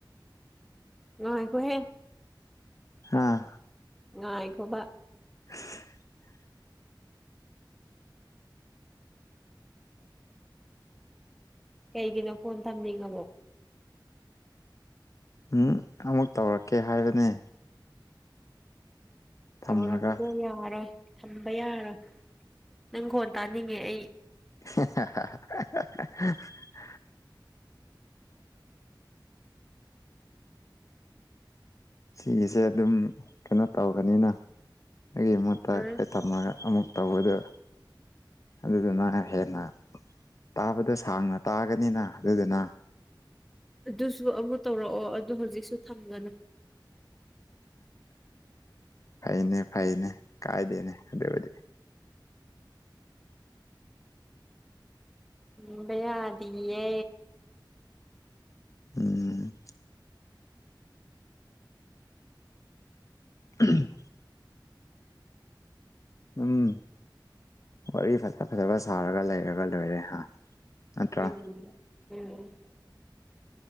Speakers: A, in the centre; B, on the left.
A: ꯉꯥꯏꯈꯣꯍꯦ
B: ꯍꯥꯥ
A: ꯉꯥꯏꯈꯣꯕ
B: <inaudible> <unintelligible>
A: ꯀꯩꯒꯤꯅꯣ ꯐꯣꯟ ꯊꯝꯅꯤꯡꯉꯕꯣ
B: ꯎꯝ ꯑꯃꯨꯛ ꯇꯧꯔꯛꯀꯦ ꯍꯥꯏꯕꯅꯦ ꯊꯝꯃꯒ
A: ꯌꯧꯔꯛꯄꯗꯣ ꯌꯥꯔꯣꯏ ꯊꯝꯕ ꯌꯥꯔꯣꯏ ꯅꯪ ꯈꯣꯟ ꯇꯥꯅꯤꯡꯉꯦ ꯑꯩ
B: <unintelligible> <unintelligible> ꯁꯤꯒꯤꯁꯦ ꯑꯗꯨꯝ ꯀꯩꯅꯣ ꯇꯧꯕꯅꯤꯅ ꯑꯩꯒꯤ ꯃꯍꯨꯠꯇ
A: ꯎꯝ
B: ꯊꯝꯃꯒ ꯑꯃꯨꯛ ꯇꯧꯕꯗꯣ ꯑꯗꯨꯗꯨꯅ ꯍꯦꯟꯅ ꯇꯥꯕꯗ ꯁꯥꯡꯅ ꯇꯥꯒꯅꯤꯅ ꯑꯗꯨꯗꯨꯅ
A: ꯑꯗꯨꯁꯨ ꯑꯃꯨꯛ ꯇꯧꯔꯛꯑꯣ ꯑꯗꯣ ꯍꯧꯖꯤꯛꯁꯨ ꯊꯝꯒꯅꯨ
B: ꯐꯩꯅꯦ ꯐꯩꯅꯦ ꯀꯥꯏꯗꯦꯅꯦ ꯑꯗꯨꯕꯨꯗꯤ
A: ꯊꯝꯕꯥ ꯌꯥꯗꯤꯌꯦ
B: ꯎꯝ ꯎꯝ ꯎꯝ ꯋꯥꯔꯤ ꯐꯖ ꯐꯖꯕ ꯁꯥꯔꯒ ꯂꯩꯔꯒ ꯂꯣꯏꯔꯦ ꯍꯥ ꯅꯠꯇ꯭ꯔꯥ
A: ꯎꯝ ꯎꯝ